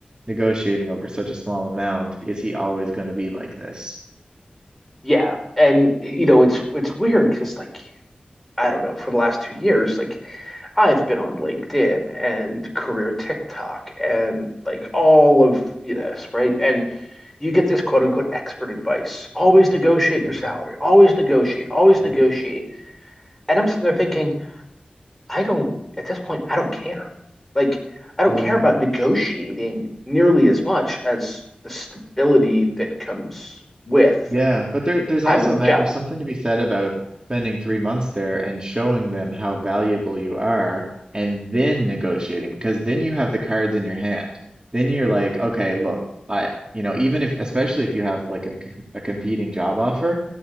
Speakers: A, on the right (about 30°); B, in the centre.
A: negotiating over such a small amount. Is he always going to be like this?
B: yeah, and you know, it's it's weird because like I don't know, for the last two years, like I've been on LinkedIn and career TikTok and like all of this, right? And you get this quote unquote expert advice. Always negotiate your
A: Mm,
B: salary. Always negotiate. Always
A: Yeah.
B: negotiate. And I'm sitting there thinking, I don't, at this point, I don't care. Like, I don't
A: Yeah.
B: care about negotiating nearly as much as the stability that comes with
A: Yeah, but there, there's
B: having
A: also,
B: that
A: Matt,
B: job.
A: there's something to be said about spending three months there and showing them how valuable you are and then negotiating because then you have the cards in your hand. Then you're like, okay, look, I, you know, even if, especially if you have like a, com- a competing job offer